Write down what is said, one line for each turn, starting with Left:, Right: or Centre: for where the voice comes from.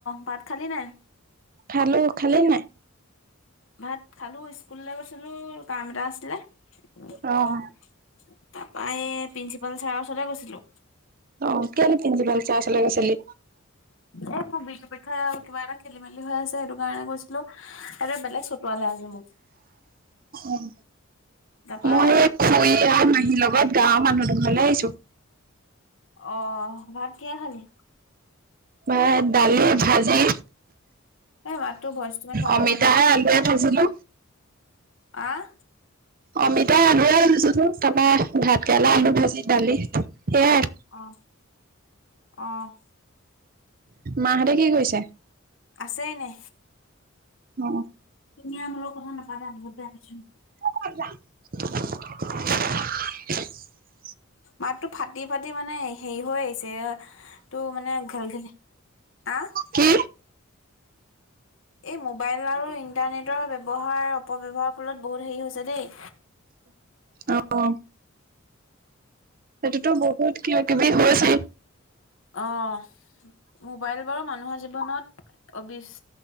Left: ভাত খালি নাই
Right: খালো খালি নে
Left: ভাত খালো স্কুললৈ গৈছিলো কাম এটা আছিলে তাৰাপা
Right: অ',
Left: এই প্ৰিন্সিপাল ছাৰৰ ওচৰতে গৈছিলো
Right: অ', কেলে প্ৰিন্সিপাল ছাৰ ওচৰলৈ গৈছিলি?
Left: এ ম বজ প ক কিবা এটা খেলি মেলি হৈ আছে সেইটো কাৰণে কৈছিলো এ বেলেগ চতুৱালে আজি মোক
Right: উম
Left: তাৰপা
Right: মই খুুৰ মাহীৰ লগত গাঁৱৰ মানুহ দু ঘৰলৈ আহিছো
Left: আহ ভাত কি খালি
Right: বা দালি ভাজি
Left: এ মাততো ভইচটো ইমান ভাল
Right: অমিতাে
Left: অহা নাই
Right: আলডাই থৈছিলো
Left: আহ
Right: অমিতা আলুৰে ভজোো চাবা ভাত কেৰেলা আলু ভাজি দালি সেইয়াই
Left: আহ আহ
Right: মাহঁতে কি কৰিছে।
Left: আছে এনে
Right: অ
Left: তুমি আৰু মো লগত কথা নাপাতা বহুত বেয়া পাইছো
Right: <inaudible>
Left: মাততটো ফাটি ফাটি মানে হেৰি হৈ আহিছে। তে তটো মানে ঘেল ঘেলি আ
Right: কি?
Left: এই মোবাইল আৰু ইণ্টাৰনেটৰ ব্যৱহাৰ অপব্যহাৰৰ ফলত বহুত হেৰি হৈছে দেই
Right: আহ সেইটোতো বহুত কিবা কিবিছিল।
Left: অ' মো'বাইল বাৰু মানুহৰ জীৱনত অবি